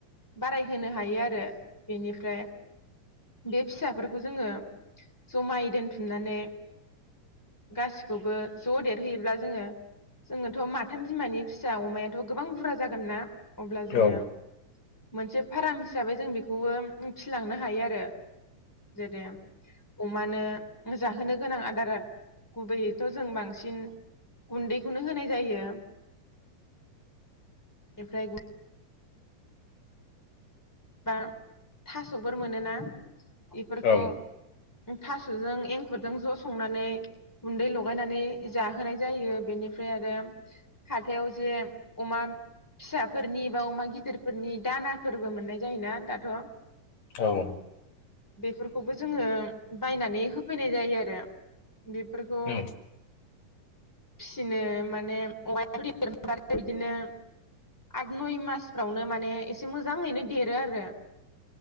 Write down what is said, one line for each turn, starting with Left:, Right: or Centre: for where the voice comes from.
Centre: बाराय होनो हायो आरो बेनिफ्राय बे फिसाफोरखौ जोङो जमायै दोनथुमनानै गासिखौबो ज' देरहैयोब्ला जोङो जोङोथ' माथाम बिमानि फिसा अमायाथ' गोबां बुरजा जागोन ना अब्ला जोङो
Left: औ
Centre: मोनसे फाराम हिसाबै जों बेखौबो फिलांनो हायो आरो जेरै अमानो जाहोनो गोनां आदारा गुबैयैथ' जों बांसिन गुन्दैखौनो होनाय जायो फ्राय बा थास'फोर मोनोना इफोरखौ
Left: औ
Centre: थास'जों एंखुरजों ज' संनानै गुन्दै लगायनानै जाहोनाय जायो बेनिफ्राय आरो हाथायाव जे अमा फिसाफोरनि बा अमा गिदिरफोरनि दानाफोरबो मोननाय जायो जायोना दाथ'
Left: औ
Centre: बेफोरखौबो जोङो बायनानै होफैनाय जायो आरो बेफोरखौ
Left: उम
Centre: फिसिनो माने <inaudible> बिदिनो आद नय मासफ्रावनो माने एसे मोजाङैनो देर ओ आरो